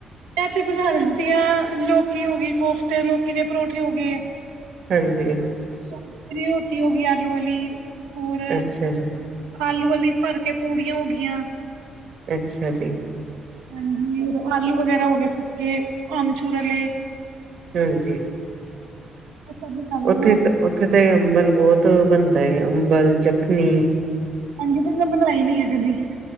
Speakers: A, on the right (about 85°); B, on the right (about 60°).
A: ਮੈਂ ਤੇ ਬਣਾ ਲੈਂਦੀ ਹਾਂ ਲੋਕੀ ਹੋ ਗਈ ਕੋਫਤੇ ਲੋਕੀ ਦੇ ਪਰੌਠੇ ਹੋ ਗਏ
B: ਹਾਂਜੀ
A: ਅੱਛਾ ਦੀ ਰੋਟੀ ਹੋ ਗਈ ਆਲੂ ਵਾਲੀ ਹੋਰ
B: ਅੱਛਾ ਜੀ
A: ਆਲੂ ਵਾਲੀ ਭਰ ਕੇ ਪੂੜੀਆਂ ਹੋ ਗਆਂ
B: ਅੱਛਾ ਜੀ
A: ਹਾਂਜੀਰ ਆਲੂ ਵਗੈਰਾ ਹੋ ਗ ਸੁਤੇ ਆਮਚੂਰੇ
B: ਹਾਂਜੀ
A: ਸਭ ਬਣਾ ਲਈਦਾ
B: ਉੱਥੇ ਤਾਂ ਉੱਥੇ ਤਾਂ ਹੀ ਅੰਬਲ ਬਹੁਤ ਬਣਦਾ ਹੈ ਅੰਬਲ ਜੱਖਣੀ
A: ਹਾਂਜੀ ਤੇ ਮੈਂ ਬਣਾਈ ਨ ਇਹ ਕਦੀ